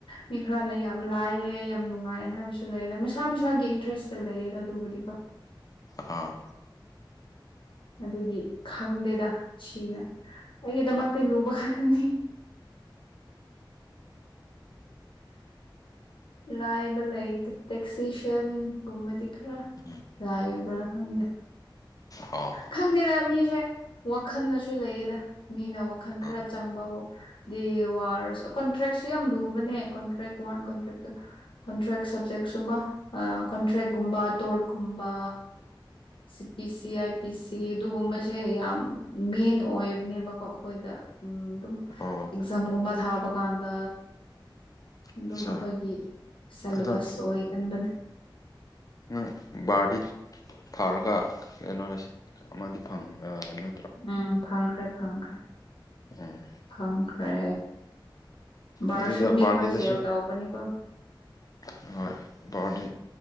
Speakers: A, on the left; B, on the left.
A: ꯃꯤ ꯈꯔꯅ ꯌꯥꯝ ꯂꯥꯏꯑ ꯌꯥꯝ ꯅꯨꯡꯉꯥꯏꯑ ꯍꯥꯏꯕꯁꯨ ꯂꯩꯗ ꯃꯁꯥ ꯃꯁꯥꯒꯤ ꯏꯟꯇꯔꯦꯁꯇ ꯂꯩꯌꯦꯗ ꯑꯗꯨꯕꯨꯗꯤ ꯀꯣ
B: ꯑꯥ
A: ꯑꯗꯨꯒꯤ ꯈꯪꯗꯦꯗ ꯁꯤꯅ ꯑꯩꯒꯤꯗꯃꯛꯇꯤ ꯂꯨꯕ ꯈꯛꯇꯅꯤ ꯂꯥꯏꯕ ꯂꯩꯇꯦ ꯇꯦꯛꯁꯤꯁꯟꯒꯨꯝꯕꯗꯤ ꯈꯔ
B: ꯎꯝ
A: ꯂꯥꯏ ꯕ꯭ꯔꯥ ꯈꯪꯗꯦ
B: ꯑꯣ
A: ꯈꯪꯗꯦꯗ ꯃꯤꯁꯦ ꯋꯥꯈꯜꯅꯁꯨ ꯂꯩꯌꯦꯗ ꯃꯤꯅ ꯋꯥꯈꯜ ꯈꯔ
B: ꯑꯥ
A: ꯆꯪꯕꯕꯨ ꯗꯤ ꯋꯥꯔꯁꯨ ꯀꯣꯟꯇ꯭ꯔꯦꯛꯁꯨ ꯌꯥꯝ ꯂꯨꯕꯅꯦ ꯀꯣꯟꯇ꯭ꯔꯦꯛ ꯋꯥꯟ ꯀꯣꯟꯇ꯭ꯔꯦꯛꯇꯨ ꯀꯣꯟꯇ꯭ꯔꯦꯛ ꯁꯕꯖꯦꯛꯁꯨ ꯀꯣ ꯑ ꯀꯣꯟꯇ꯭ꯔꯦꯛꯒꯨꯝꯕ ꯇꯣꯔꯒꯨꯝꯕ ꯁꯤ ꯄꯤ ꯁꯤ ꯑꯥꯏ ꯄꯤ ꯁꯤ ꯑꯗꯨꯒꯨꯝꯕꯁꯦ ꯌꯥꯝ ꯃꯦꯟ ꯑꯣꯏꯕꯅꯦꯕꯀꯣ ꯑꯈꯣꯏꯗ ꯎꯝ ꯑꯗꯨꯝ
B: ꯑꯣ
A: ꯑꯦꯛꯖꯝꯒꯨꯝꯃ ꯊꯥꯕ ꯀꯥꯟꯗ
B: ꯑꯠꯆꯥ
A: ꯗꯨꯝ ꯑꯈꯣꯏꯒꯤ ꯁꯦꯂꯦꯕꯁ
B: ꯑꯗꯣ
A: ꯑꯣꯏ ꯒꯟꯕꯅꯦ
B: ꯅꯪ ꯕꯥꯔꯗꯤ ꯊꯥꯔꯒ ꯀꯩꯅꯣ ꯔꯦꯁꯤꯠ ꯑꯃꯗꯤ ꯐꯪꯑ ꯅꯤ
A: ꯎꯝ ꯐꯪꯈ꯭ꯔꯦ ꯐꯪꯈ꯭ꯔꯦ
B: ꯎꯝ
A: ꯐꯪꯈ꯭ꯔꯦ ꯕꯥꯔꯁꯨ
B: ꯑꯗꯨꯗ
A: ꯃꯤꯈꯣꯏ
B: ꯕꯥꯔꯒꯤꯗꯁꯨ
A: ꯐꯦꯜ ꯇꯧꯕꯅꯤꯀꯣ
B: ꯍꯣꯏ ꯕꯥꯔꯗꯤ